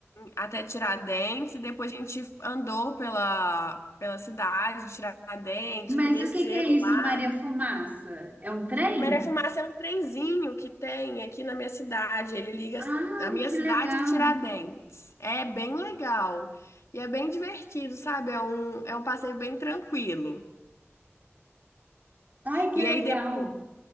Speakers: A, on the left (about 90°); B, on the right (about 35°).
A: até Tiradentes, e depois a gente andou pela, pela cidade, de Tiradentes,
B: Mas
A: conheceu
B: o que que é isso,
A: lá.
B: Maria Fumaça? É um trem?
A: Maré Fumaça é um trenzinho que tem aqui na minha cidade. Ele liga.
B: Ah,
A: A minha
B: que
A: cidade
B: legal.
A: é Tiradentes. É bem legal. E é bem divertido, sabe? É um, é um passeio bem tranquilo.
B: Ai, que
A: E aí
B: legal.
A: depois.